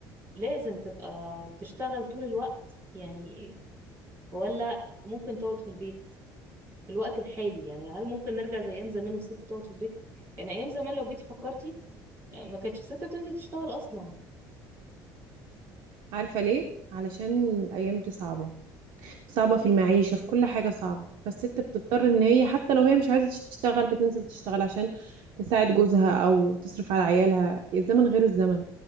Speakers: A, on the right (about 30°); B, on the right (about 70°).
A: لازم تبقى بتشتغل طول الوقت يعني ولا ممكن تقعد في البيت في الوقت الحالي يعني هل ممكن نرجع زي ايام زمان والست تقعد في البيت يعني ايام زمان لو جيتي فكرتي آه، ما كانتش الست بتنزل تشتغل اصلا
B: عارفه ليه علشان الايام دي صعبه صعبة في المعيشة في كل حاجة صعبة فالست بتضطر ان هي حتى لو هي مش عايزة تشتغل بتنزل تشتغل عشان تساعد جوزها او تصرف على عيالها الزمن غير الزمن